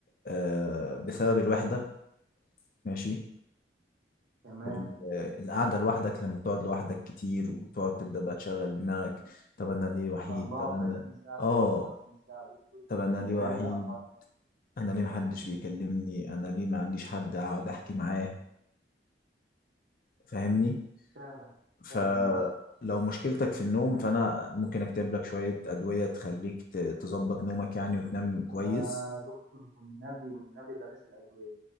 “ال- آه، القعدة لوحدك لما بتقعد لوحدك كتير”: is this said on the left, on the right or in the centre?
Left